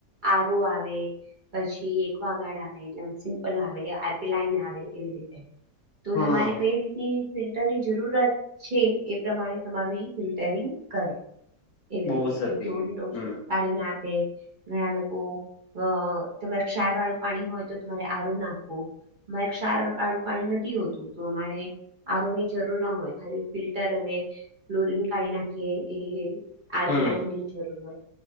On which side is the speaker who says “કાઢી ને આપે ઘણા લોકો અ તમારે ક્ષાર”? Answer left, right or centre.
Right